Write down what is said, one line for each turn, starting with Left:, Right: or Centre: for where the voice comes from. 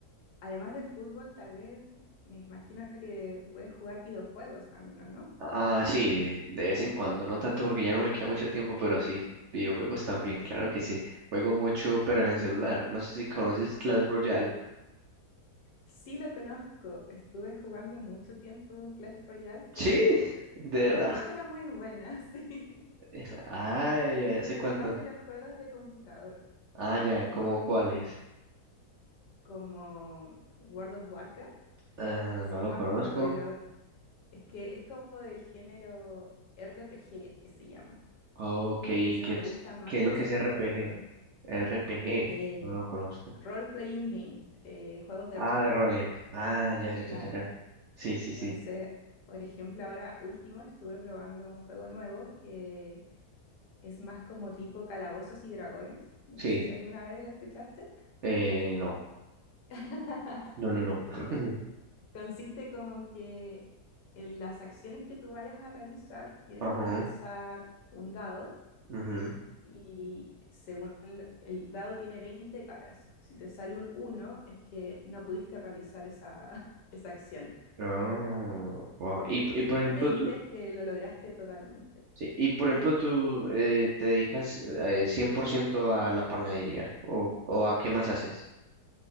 Left: además del fútbol, tal vez me imagino que puedes jugar videojuegos también, ¿o no?
Right: Ah, sí, de vez en cuando, no tanto porque ya no me queda mucho tiempo, pero sí, videojuegos también, claro que sí. Juego mucho, pero en el celular. No sé si conoces Clash Royale.
Left: Sí lo conozco, estuve jugando mucho tiempo Clash Royale, pero
Right: Sí, de
Left: tampoco
Right: verdad.
Left: era muy buena, <laughs> sí.
Right: <laughs> Ay, ¿hace cuánto?
Left: Soy más de los juegos de computador,
Right: Ah, ya, ¿cómo cuáles?
Left: como World of Warcraft,
Right: Ah,
Left: soy
Right: no lo
Left: más
Right: conozco.
Left: como de lo, es que es como del género RPG que se llama.
Right: Ok, ¿qué
Left: Entonces me
Right: es,
Left: gustan más
Right: qué es lo
Left: ese
Right: que es
Left: tipo
Right: RPG?
Left: de juegos.
Right: RPG,
Left: Eh,
Right: no lo conozco.
Left: role-playing game, eh, juegos de
Right: Ah,
Left: rol,
Right: de roles. Ah, ya, ya,
Left: claro.
Right: ya, ya, ya. Sí, sí, sí.
Left: Entonces, por ejemplo, ahora último estuve probando un juego nuevo que es más como tipo Calabozos y Dragones. No
Right: Sí,
Left: sé si alguna vez lo escuchaste.
Right: eh, no.
Left: <laughs>
Right: No, no, no.
Left: Bueno,
Right: <laughs>
Left: consiste como que en las acciones que tú vayas a realizar, tienes
Right: Ajá,
Left: que lanzar un dado
Right: ujú.
Left: Y según el, el dado tiene 20 caras. Si te sale un uno es que no pudiste realizar esa, <laughs> esa acción.
Right: Ah, wow. Y, p- y
Left: Y
Right: por ejemplo,
Left: 20
Right: tú,
Left: es que lo lograste totalmente.
Right: sí, y por ejemplo, tú eh, te dedicas eh, 100% a la panadería, o, o a qué más haces?